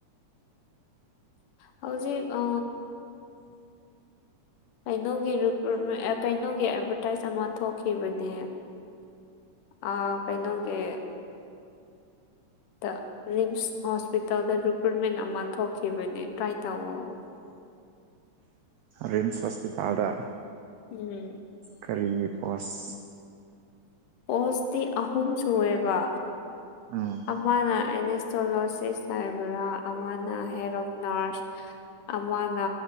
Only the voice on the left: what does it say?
ꯍꯧꯖꯤꯛ ꯑ ꯀꯩꯅꯣꯒꯤ ꯔꯤꯀ꯭ꯔꯨ ꯑꯦ ꯀꯩꯅꯣꯒꯤ ꯑꯇꯁ ꯑꯃ ꯊꯣꯛꯈꯤꯕꯅꯦ ꯑꯥ ꯀꯩꯅꯣꯒꯤ ꯇꯥ ꯔꯤꯝꯁ ꯍꯣꯁꯄꯤꯇꯥꯜꯗ ꯔꯤꯀ꯭ꯔꯨꯏꯠꯃꯦꯟ ꯑꯃ ꯊꯣꯛꯈꯤꯕꯅꯦ ꯇ꯭ꯔꯥꯏ ꯇꯧꯋꫭ
ꯎꯝ
ꯄꯣꯁꯇꯤ ꯑꯍꯨꯝ ꯁꯑꯦꯕ
ꯑꯃꯅ ꯑꯦꯟ ꯑꯦꯁ ꯇꯣꯂꯣꯖꯤꯁ ꯍꯥꯏꯕ꯭ꯔꯥ ꯑꯃꯅ ꯍꯦꯠ ꯑꯣꯐ ꯅꯔꯁ ꯑꯃꯅ